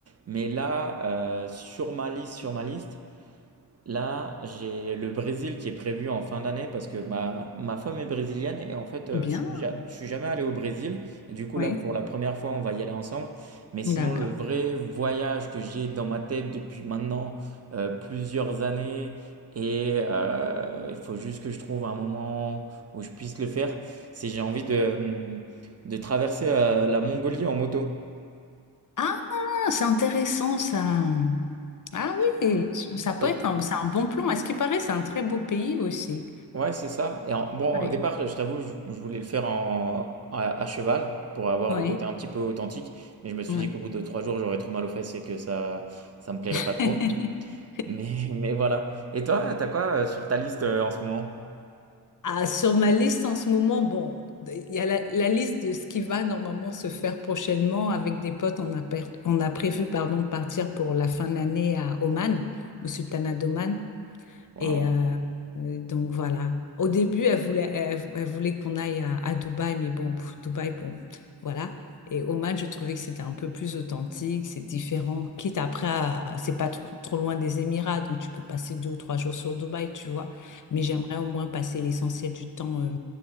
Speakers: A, on the right; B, on the left.
A: Mais là, euh, sur ma liste, sur ma liste, Là, j'ai le Brésil qui est prévu en fin d'année parce que ma, ma femme est brésilienne et en fait, euh,
B: Bien,
A: je suis, ja- je suis jamais allé au Brésil. Et du coup,
B: oui.
A: là, pour la première fois, on va y aller ensemble. Mais sinon,
B: D'accord.
A: le vrai voyage que j'ai dans ma tête depuis maintenant euh, plusieurs années et euh, il faut juste que je trouve un moment où je puisse le faire, c'est j'ai envie de, hum, de traverser euh, la Mongolie en moto.
B: Ah, c'est intéressant ça. Ah oui, ça peut
A: Ouais.
B: être un, c'est un bon plan. À ce qui paraît, c'est un très beau pays aussi.
A: Ouais, c'est ça. Et en- bon,
B: Ouais,
A: au départ, je t'avoue, je, je voulais le faire en, à, à cheval pour avoir
B: ouais,
A: le côté un petit peu authentique, mais je me suis
B: ouais.
A: dit qu'au bout de trois jours, j'aurais trop mal aux fesses et que ça, ça me plairait
B: <laughs>
A: pas trop. Mais, <laughs> mais voilà. Et toi, t'as quoi euh, sur ta liste euh, en ce moment?
B: Ah, sur ma liste en ce moment, bon, il y a la, la liste de ce qui va normalement se faire prochainement avec des potes. On a, per- on a prévu, pardon, de partir pour la fin de l'année à Oman, au Sultanat d'Oman.
A: Waouh.
B: Et euh, euh, donc voilà. Au début, elle voulait, elle, elle voulait qu'on aille à, à Dubaï, mais bon, pff, Dubaï, bon, voilà. Et Oman, je trouvais que c'était un peu plus authentique, c'est différent. Quitte après, à- c'est pas trop, trop loin des Émirats, donc tu peux passer deux ou trois jours sur Dubaï, tu vois. Mais j'aimerais au moins passer l'essentiel du temps euh,